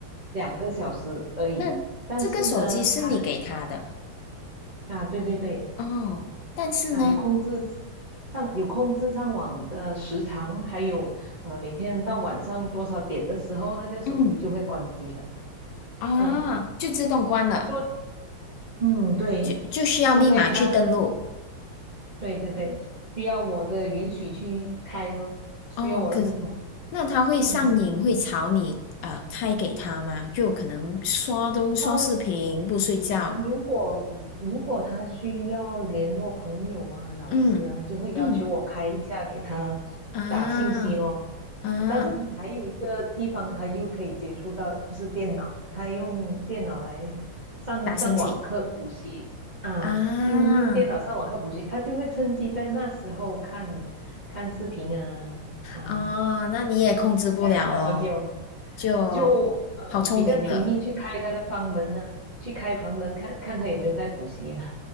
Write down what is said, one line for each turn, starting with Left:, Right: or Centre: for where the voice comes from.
Right: 两个小时而已。
Left: 那这个手机是你给他的
Right: 但是呢，他啊，对对对，
Left: 哦，但是呢，
Right: 啊，有控制上有控制上网的时长，还有呃每天到晚上多少点的时候，那这手机就会关机了。
Left: 嗯啊，
Right: 嗯，
Left: 就自动关了，
Right: 说嗯对，
Left: 就就需要密码去登录。
Right: 除非他对对对需要我的允许去开咯，需要我的密码。
Left: 哦，可是那他会上瘾，
Right: 嗯，
Left: 会吵你呃开给他吗？就可能刷东刷视频不睡觉，
Right: 好，如果如果他需要联络朋友啊、老师啊，
Left: 嗯嗯
Right: 就会要求我开一下给他打信息咯。
Left: 啊啊
Right: 嗯但是他还有一个地方，他又可以接触到，就是电脑，他用电脑来上上网课补习啊，
Left: 打星星啊
Right: 用用电脑上网课补习，他就会趁机在那时候看看视频啊啊，
Left: 啊，那你也控制不了咯，
Right: 现在的小朋友
Left: 就好聪明了。
Right: 就呃比较频密去开他的房门呢、去开房门看看他有没有在补习啊，